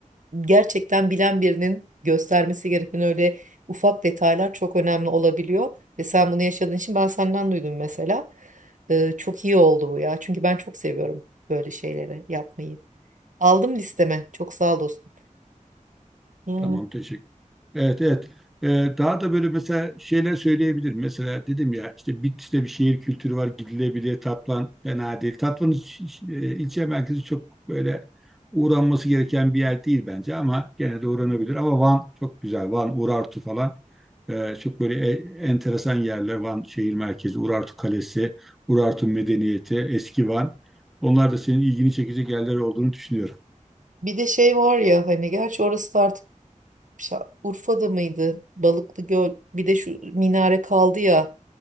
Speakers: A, on the right; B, in the centre.
A: gerçekten bilen birinin göstermesi gereken öyle ufak detaylar çok önemli olabiliyor. Ve sen bunu yaşadığın için ben senden duydum mesela. Ee, çok iyi oldu bu ya. Çünkü ben çok seviyorum böyle şeyleri yapmayı. Aldım listeme. Çok sağ ol dostum. Yani
B: Tamam teşekkür Evet, evet. Ee, daha da böyle mesela şeyler söyleyebilirim. Mesela dedim ya işte Bitlis'te bir şehir kültürü var gidilebilir. Tatvan fena değil. Tatvan e, ilçe merkezi çok böyle uğranması gereken bir yer değil bence ama gene de uğranabilir. Ama Van çok güzel. Van, Urartu falan. Ee, çok böyle e- enteresan yerler. Van şehir merkezi, Urartu Kalesi, Urartu Medeniyeti, Eski Van. Onlar da senin ilgini çekecek yerler olduğunu düşünüyorum.
A: bir de şey var ya hani gerçi orası da artık şa- Urfa'da mıydı? Balıklı Göl. Bir de şu minare kaldı ya.